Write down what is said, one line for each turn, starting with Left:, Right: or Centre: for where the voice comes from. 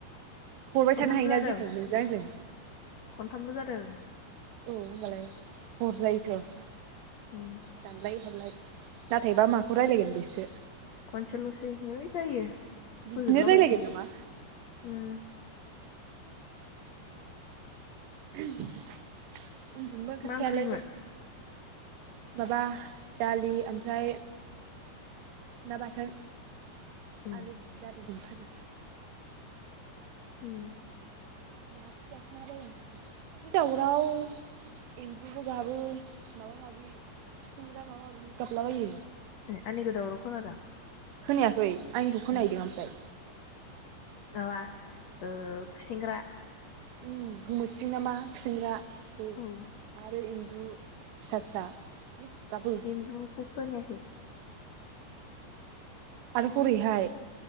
Right: हरबाय
Left: खनथामल'
Right: थानो हायोना
Left: जादों
Right: जोङो नोंजों आंजों
Left: खनथामल' जादों।
Right: औ होमबालाय हरजायोथ'
Left: उम
Right: दानलाय हरलाय नाथायबा माखौ रायलायगोन बेसो
Left: खनसेल'सै हैइ जायो
Right: बिदिनो
Left: फोजोबलाबायसै
Right: रायज्लायगोन नामा
Left: उम
Right: <unintelligible> उन्दुनोबो ओंखारखायालै।
Left: मा ओंख्रिमोन
Right: माबा दालि ओमफ्राय ना बाथोन
Left: उम
Right: आलुजों जारिजों फाजा।
Left: उम
Right: दासो जाखांलाबायदों जि दावराव एम्बुबो गाबो माबा माबि खुसिंग्रा माबा माबि गाबलाबायो।
Left: ए आंनि गोदावराव खोनादों
Right: खोनायाखै। आंनिखौ खोनाहैदों
Left: उम
Right: ओमफ्राय
Left: माबा ओ खुसेंग्रा
Right: उम गोमोथिं नामा खुसेंग्रा उम
Left: औ
Right: आरो इन बु फिसा फिसा जि गाबो
Left: एम्बुखौ खोनायाखै।
Right: आरो हरैहाय